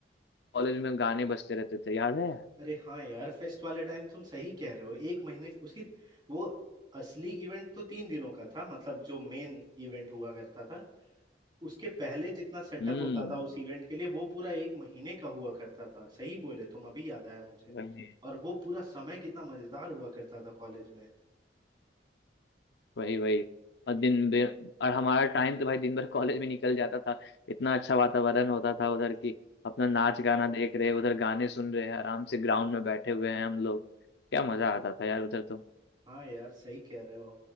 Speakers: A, on the left (about 70°); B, on the right (about 25°).
A: कॉलेज में गाने बजते रहते थे याद है
B: अरे हाँ यार फेस्ट वाले टाइम तुम सही कह रहे हो एक महीने से- उसकी वो असली इवेंट तो तीन दिनों का था मतलब जो मेन इवेंट हुआ करता था उसके पहले जितना सेटअप
A: हम्म
B: होता था उस इवेंट के लिए वो पूरा एक महीने का हुआ करता था सही बोले तुम अभी याद आया मुझे
A: वही।
B: और वो पूरा समय कितना मजेदार हुआ करता था कॉलेज में
A: वही वही और दिन
B: ये
A: भर- और हमारा टाइम तो भाई दिन भर कॉलेज में निकल जाता था इतना अच्छा वातावरण होता था उधर की अपना नाच गाना देख रहे उधर गाने सुन रहे हैं आराम से ग्राउंड में बैठे हुए हैं हम लोग क्या मजा आता था यार उधर तो
B: हाँ यार सही कह रहे हो